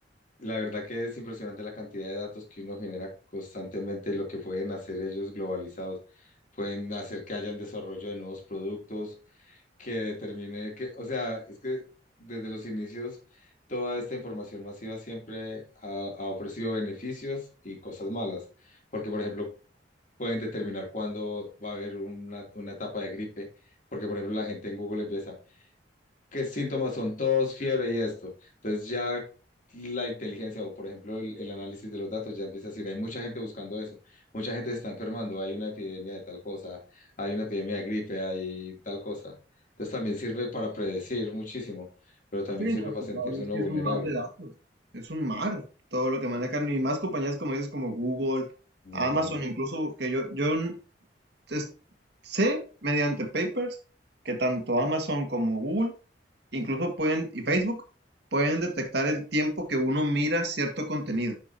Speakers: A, on the left (about 45°); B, on the right (about 65°).
A: la verdad que es impresionante la cantidad de datos que uno genera constantemente y lo que pueden hacer ellos globalizados. Pueden hacer que hayan desarrollo de nuevos productos, que determine que, o sea, es que desde los inicios toda esta información masiva siempre ha, ha ofrecido beneficios y cosas malas, porque por ejemplo pueden determinar cuándo va a haber una, una etapa de gripe, porque por ejemplo la gente en Google empieza, qué síntomas son tos, fiebre y esto. Entonces ya la inteligencia o, por ejemplo, el, el análisis de los datos ya empieza a decir, hay mucha gente buscando eso, mucha gente se está enfermando, hay una epidemia de tal cosa, hay una epidemia de gripe, hay tal cosa. Entonces también sirve para predecir muchísimo, pero también
B: Sí,
A: sirve
B: no
A: para
B: sé,
A: sentirse
B: claro, es
A: uno
B: que
A: vulnerable.
B: es un mar de datos, es un mar, todo lo que manejan y más compañías como dices, como Google,
A: Ujú,
B: Amazon, incluso que yo, yo n- es- sé mediante papers que tanto Amazon como Google incluso pueden, y Facebook, pueden detectar el tiempo que uno mira cierto contenido.